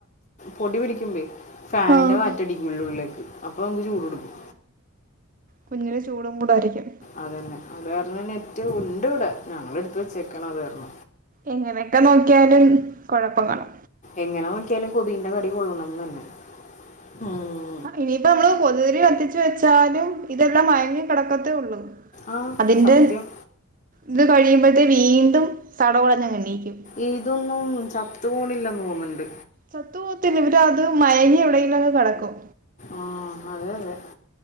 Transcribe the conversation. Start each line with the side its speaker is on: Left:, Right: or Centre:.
Left: പൊടി പിടിക്കുമ്പ ഫാനിന്റെ
Right: ആഹ്
Left: വാറ്റടിക്കൂള്ള ഉള്ളിക്ക് അപ്പൊ നമുക്ക് ചൂട് ട്ക്കും
Right: കുഞ്ഞന് ചൂടും കൂട ആയിരിക്കും
Left: അത തന്നെ അത് കാരണം നെറ്റ് ഉണ്ട് ഇവിടെ ഞങ്ങ എടുത്ത് വച്ചേക്കണ അത് കാരണം
Right: എങ്ങനെയൊക്കെ നോക്കിയാലും കുഴപ്പ കാണു
Left: എങ്ങനെ നോക്കിയാലും കൊതിന്റെ കടി കൊള്ളണംന്ന് തന്നെ ഉം
Right: ഇനിയിപ്പ നമ്മള് കൊതുതിരി എത്തിച്ച വെച്ചാലും ഇതെല്ലാം മയങ്ങി കിടക്കത്തേ ഉള്ളൂ
Left: ആ
Right: അതിന്റെ
Left: സത്യം
Right: ഇത് കഴിയുമ്പോഴത്തെേ വീണ്ടും തടകുടഞ് എണ്ണയിക്കും.
Left: ഇതൊന്നും ചത്ത് പോണില്ലന്ന് തോന്നുന്ണ്ട്.
Right: ചത്തു പോകത്തില്ല അത് മയങ്ങി എവിടെങ്കിലും അങ് കിടക്കും.
Left: ആഹ അതെ അതെ